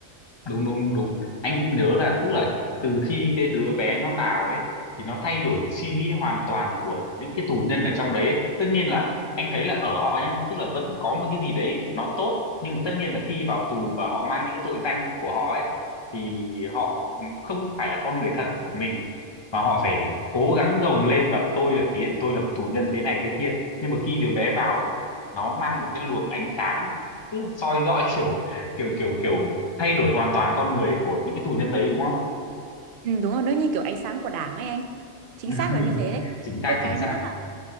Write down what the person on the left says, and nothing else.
đúng đúng đúng anh cũng nhớ là tức là từ khi cái đứa bé nó vào ấy thì nó thay đổi suy nghĩ hoàn toàn của những cái tù nhân ở trong đấy ấy. tất nhiên là anh thấy là ở họ nhá tức là vẫn có một cái gì đấy nó tốt nhưng mà tất nhiên là khi vào tù và họ mang những cái tội danh của họ ấy thì họ không phải là con người thật của mình mà họ phải cố gắng gồng lên và tôi là thể hiện tôi là một tù nhân thế này thế kia nhưng mà khi đứa bé vào nó mang một cái luồng ánh sáng tức là soi rõ <laughs> kiểu kiểu kiểu kiểu thay đổi hoàn toàn con người của những cái tù nhân đấy đúng không
<laughs>
chính xác
chính xác